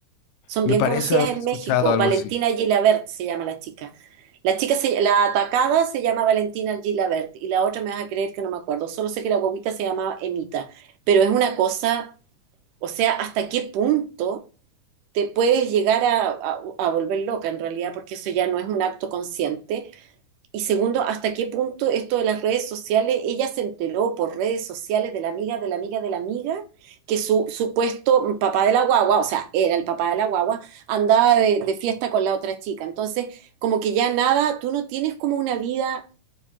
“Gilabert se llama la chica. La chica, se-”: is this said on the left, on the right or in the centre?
Right